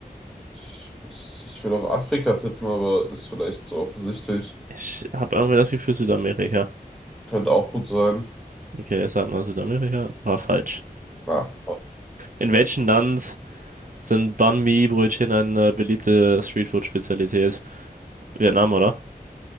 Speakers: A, in the centre; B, on the right (about 60°).
A: Ich, ich, ich würde auf Afrika tippen, aber ist vielleicht zu offensichtlich.
B: Ich habe irgendwie das Gefühl Südamerika.
A: Könnte auch gut sein.
B: Okay, ich sag mal Südamerika. War falsch.
A: Ah, so.
B: In welchem Land sind Banh Mi-Brötchen eine beliebte Streetfood-Spezialität? Vietnam, oder?